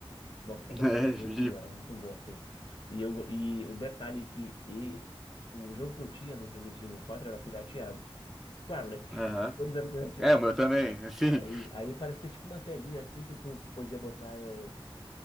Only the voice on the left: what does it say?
Nossa,
mas era muito
bom, era muito bom, assim. E, eu, go- e o detalhe é que e, o jogo que eu tinha do Resident Evil 4 era pirateado. Claro, né? <laughs>
Todos eram pirateados.
Aí, aí parecia tipo uma telinha, assim, que tu podia botar é,